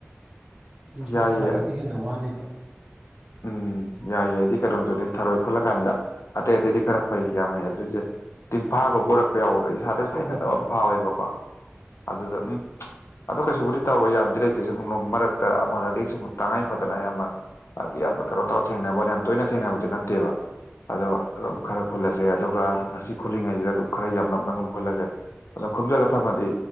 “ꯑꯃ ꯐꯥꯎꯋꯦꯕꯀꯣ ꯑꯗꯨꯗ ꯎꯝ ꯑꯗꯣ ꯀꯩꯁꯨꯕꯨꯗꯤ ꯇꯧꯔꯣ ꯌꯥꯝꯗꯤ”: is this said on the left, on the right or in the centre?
Left